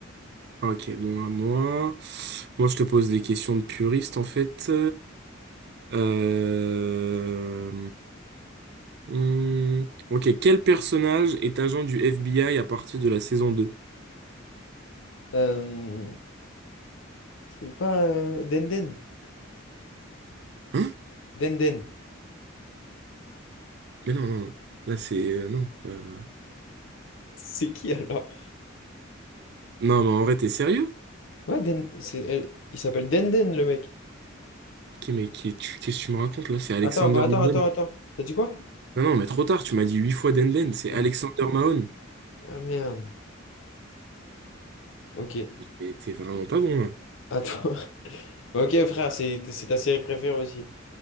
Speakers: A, on the right; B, on the left.
A: Ok, bon, à moi. Moi, je te pose des questions de puriste, en fait. Euh... hmm, Ok, quel personnage est agent du FBI à partir de la saison deux
B: Euh, c'est pas euh, Denden?
A: Hein?
B: Denden.
A: Mais non, non, non. Là, c'est... euh, non. euh,
B: C'est qui alors?
A: Non, mais en vrai, t'es sérieux?
B: Ouais, Den... c'est... elle- Il s'appelle Denden, le mec.
A: Ok, mais qui- tu- qu'est-ce que tu me racontes, là? C'est Alexander
B: Attends, bah attends,
A: Mahone.
B: attends, attends. T'as dit quoi?
A: Non, non, mais trop tard, tu m'as dit huit fois Denden. C'est
B: Merde.
A: Alexander Mahone.
B: Ah merde. Ok.
A: Et t'es vraiment pas bon, là.
B: Attends. <laughs> ok, frère, c'est c'est ta série préférée aussi.